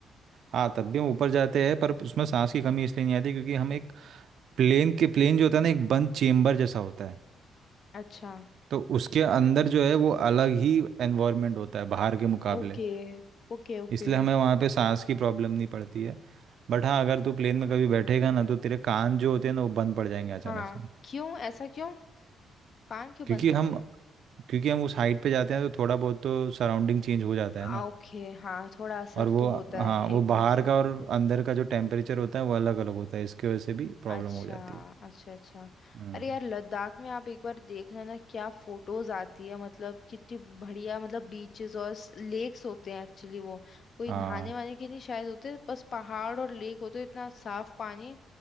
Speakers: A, on the right; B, on the left.
A: हाँ तब भी हम ऊपर जाते हैं पर उसमें सांस की कमी इसलिए नहीं आती क्योंकि हम एक प्लेन के प्लेन जो होता है ना एक बंद चेम्बर जैसा होता है
B: अच्छा
A: तो उसके अंदर जो है वो अलग ही एनवायरनमेंट होता है बाहर के मुकाबले
B: Okay okay okay
A: इसलिए हमें वहाँ पे सांस की प्रॉब्लम नहीं पड़ती है बट हाँ अगर तू प्लेन में कभी बैठेगा ना तो तेरे कान जो होते हैं ना वो बंद पड़ जाएंगे अचानक
B: हाँ
A: से
B: क्यों ऐसा क्यों कान क्यों
A: क्योंकि
B: बंद होंगे
A: हम क्योंकि हम उस हाइट पे जाते हैं तो थोड़ा बहुत तो सराउंडिंग चेंज हो जाता है
B: आ,
A: ना
B: ओके हाँ थोड़ा असर
A: और वो
B: तो होता है
A: हाँ वो
B: एकदम
A: बाहर
B: से
A: का और अंदर का जो टेम्परेचर होता है वो अलग अलग होता है इसकी वजह से भी प्रॉब्लम
B: अच्छा
A: हो जाती है
B: अच्छा अच्छा
A: हम्म
B: अरे यार लद्दाख में आप एक बार देखना ना क्या फोटोज आती है मतलब कितनी बढ़िया मतलब बीचेस और लेक्स होते हैं एक्चुअली वो कोई
A: हाँ
B: नहाने वाने के नहीं शायद होते बस पहाड़ और लेक होते हैं, इतना साफ पानी